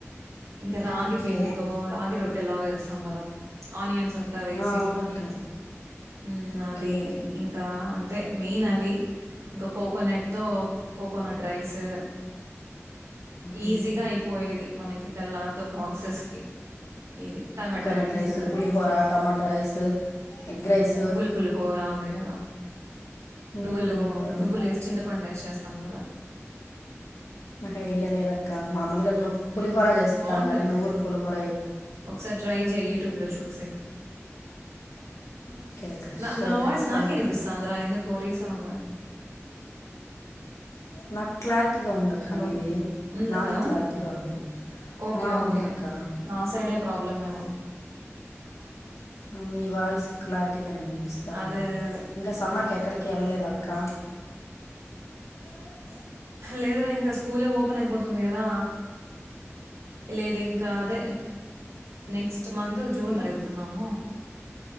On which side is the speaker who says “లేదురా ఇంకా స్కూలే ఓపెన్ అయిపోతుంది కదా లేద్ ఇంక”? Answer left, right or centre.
Right